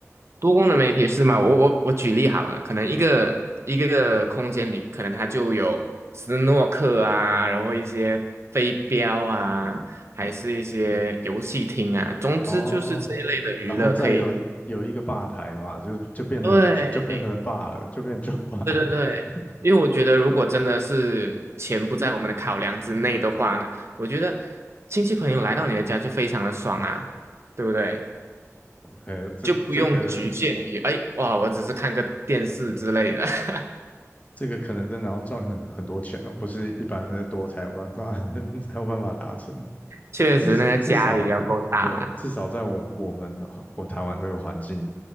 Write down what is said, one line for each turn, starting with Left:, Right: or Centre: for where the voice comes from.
Right: 多功能媒体是吗？我我我举例好了，可能一个一个个空间里，可能它就有斯诺克啊，然后一些飞镖啊，还是一些游戏厅啊，总之就是这一类的娱乐可以。
Left: 哦，然后再有有一个吧台嘛，就是就变成就变成了
Right: 对
Left: b 了，就变酒吧了。
Right: 对，
Left: <laughs>
Right: 因为我觉得，如果真的是钱不在我们的考量之内的话呢，我觉得亲戚朋友来到你的家就非常的爽啊，对不对？
Left: OK，这这个
Right: 就不用局限于，哎，哇，我只是看个电视之类的。<laughs>
Left: 这个可能真的要赚很很多钱哦，不是一般的多才有办法 <laughs> 才有办法达成。
Right: 确实，
Left: 至至少，
Right: 那个家里要够大啦。
Left: 对，至少在我我们的我台湾这个环境，